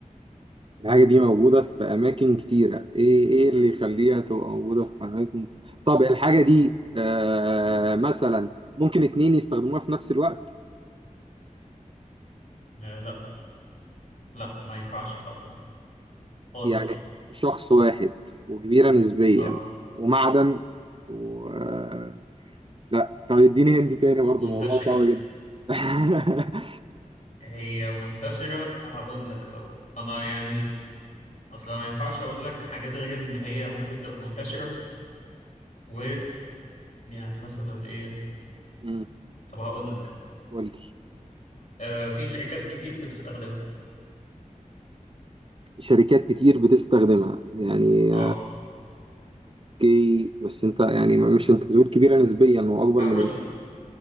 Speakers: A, on the right (about 40°); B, on the left (about 65°).
A: الحاجة دي موجودة في أماكن كتيرة ايه ايه اللي يخليها تبقى موجودة في أماكن طب الحاجة دي آه مثلا ممكن اتنين يستخدموها في نفس الوقت
B: آه لا لا ما ينفعش طبعا خالص
A: يعني
B: يعني
A: شخص واحد وكبيرة نسبيا
B: اه
A: ومعدن و آه، لا طب اديني هنت تاني برضه
B: منتشرة
A: موضوع صعب جدا <laughs>
B: هي منتشرة هقول لك طب انا يعني اصلا ما ينفعش اقول لك حاجات غير ان هي ممكن تبقى منتشرة و يعني مثلا ايه
A: امم
B: طب هقول لك
A: قول لي
B: آه في شركات كتير بتستخدمها
A: شركات كتير بتستخدمها يعني
B: اه
A: كي بس انت يعني مش انت بتقول كبيره نسبيا واكبر
B: حاول
A: من الامكان